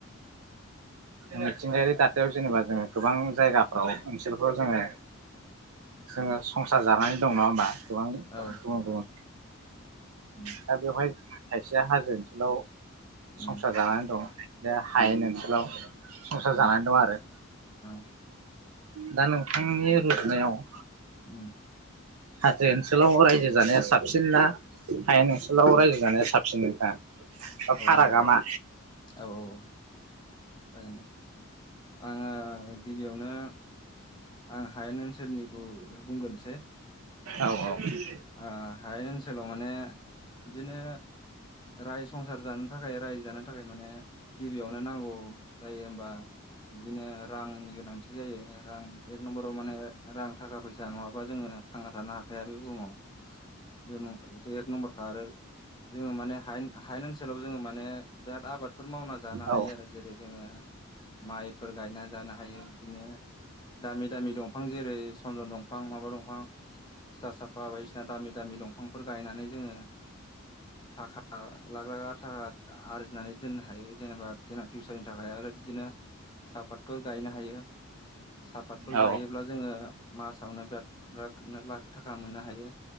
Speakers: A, on the right (about 85°); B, on the left (about 20°).
A: मिथिंगायारि दाथायाव जेनेबा जोंङो गोबां जायगाफ्राव ओनसोलफ्राव जोंङो
B: <inaudible>
A: जोंङो संसार जानानै दं नङा होमबा गोबां? गुबुन
B: औ
A: गुबुन
B: औ उम
A: दा बेवहाय खायसेया हाजो ओनसोलाव
B: उम
A: संसार जानानै दं, बे हायेन
B: उम
A: ओनसोलाव संसार
B: उम
A: जानानै दं। आरो
B: ओ
A: दा नोंथांनि रुजनायाव ओ
B: उम
A: हाजो ओनसोलाव रायजो जानाया साबसिन ना? हायेन ओनसोलाव रायजो जानाया साबसिन नोंथां? बा
B: औऔऔ
A: फारागा मा
B: ओऔऔ जागोन दे। आंङो गिबियावनो आं हायेन ओनसोलनिखौ बुंग्रोनोसै
A: औ औ
B: ओ हायेन ओनसोलाव माने बिदिनो राय संसार जानो थाखाय रायजो जानो थाखाय माने गिबियावनो नांगौ जायो होमबा बिदिनो रांनि गोनांथि बिदि जायो रां एक नम्बराव माने रां थाखा फैसा नङाबा जोङो थांना थानो हाखाया बे बुहुमाव जोन'थ' एक नम्बारखा आरो जोंङो माने हायेन हायेन ओनसोलाव जोंङो माने बिराद आबादफोर मावना जानो हायो
A: औ
B: आरो जेरै जोंङो माइफोर गायनानै जानो हायो बिदिनो दामि दामि दंफां जेरै दंफां माबा दंफां थिथा साफा बाय दामि दामि दंफांफोर गायनानै जोंङो थाखा लाख लाख थाखा आरजिनानै दोननो हायो जेनेबा बे फिउसारनि थाखाय आरो बिदिनो सापातफोर गायनो हायो। सापातफोर
A: औ
B: गायोब्ला जोंङो मासावनो बिराद बिराद लाख थाखा मोननो हायो।